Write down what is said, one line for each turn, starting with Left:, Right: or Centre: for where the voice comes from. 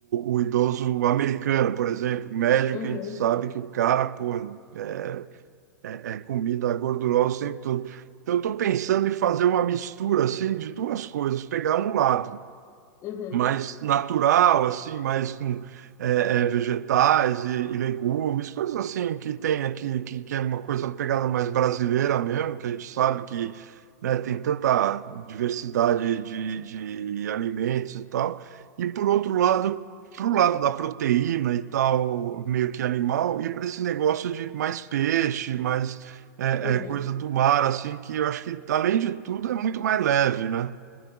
Right: o, o idoso americano, por exemplo, médio,
Left: Uhum,
Right: que a gente sabe que o cara, pô, é, é é comida gordurosa o tempo todo. Então, eu estou pensando em fazer uma mistura assim de duas coisas, pegar um lado
Left: uhum,
Right: mais natural, assim, mais com é, é, vegetais e, e legumes, coisas assim que tem aqui, que, que é uma coisa pegada mais brasileira mesmo, que a gente sabe que, né, tem tanta diversidade de, de alimentos e tal. E por outro lado, para o lado da proteína e tal, meio que animal, e para esse negócio de mais peixe, mais é,
Left: uhum.
Right: é, coisa do mar, assim, que eu acho que, além de tudo, é muito mais leve, né?